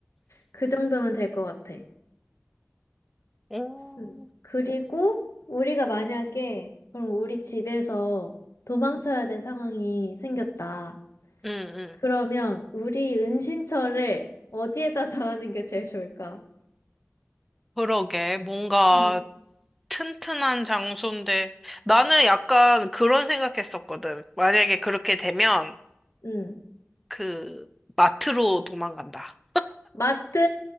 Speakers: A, on the left; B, in the centre.
A: 그 정도면 될 것 같아.
B: 오.
A: 음. 그리고 우리가 만약에
B: 응,
A: 그럼 우리 집에서 도망쳐야 될 상황이 생겼다.
B: 응.
A: 그러면 우리 은신처를 어디에다 정하는 게 제일 좋을까?
B: 그러게. 뭔가
A: 음,
B: 튼튼한 장소인데. 나는 약간 그런 생각했었거든. 만약에 그렇게 되면
A: 음.
B: 그 마트로 도망간다.
A: 마트!